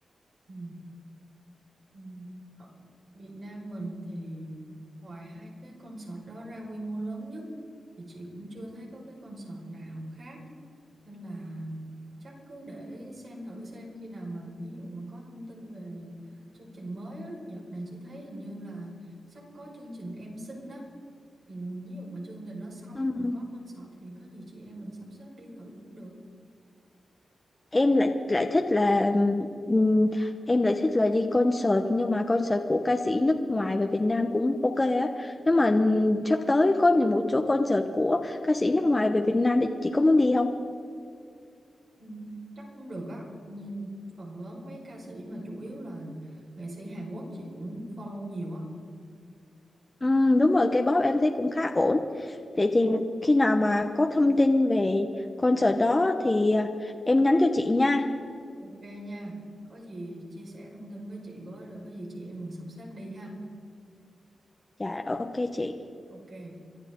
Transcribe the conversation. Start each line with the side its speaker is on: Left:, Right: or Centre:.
Right: ừ. Ừ. Ở Việt Nam mình thì ngoài hai cái concert đó ra quy mô lớn nhất thì chị cũng chưa thấy có cái concert nào khác nên là chắc cứ để xem thử xem khi nào mà ví dụ mà có thông tin về chương trình mới á đợt này chị thấy hình như là sắp có chương trình Em Xinh đó thì ví dụ mà chương trình nó xong
Left: Ừm.
Right: mà có concert thì có gì chị em mình sắp xếp đi thử cũng được
Left: em lại lại thích là ừm, em lại thích là đi concert nhưng mà concert của ca sĩ nước ngoài về Việt Nam cũng ok á nếu mà sắp tới có một số concert của ca sĩ nước ngoài về Việt Nam thì chị có muốn đi không
Right: ừ, chắc cũng được á nhìn phần lớn mấy ca sĩ mà chủ yếu là nghệ sĩ Hàn Quốc chị cũng follow nhiều á
Left: Ừm, đúng rồi K-pop em thấy cũng khá ổn Vậy thì khi nào mà có thông tin về concert đó thì à, em nhắn cho chị nha.
Right: ok nha có gì chia sẻ thông tin với chị với rồi có gì chị em mình sắp xếp đi ha
Left: Dạ, dạ, ok chị.
Right: ok